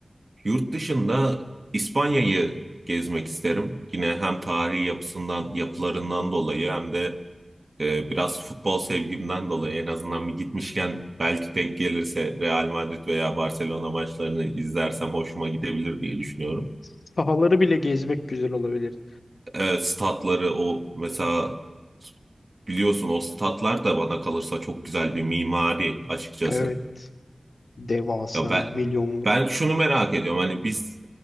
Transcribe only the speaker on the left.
Sahaları bile gezmek güzel olabilir.
Evet. Devasa,
milyonluk.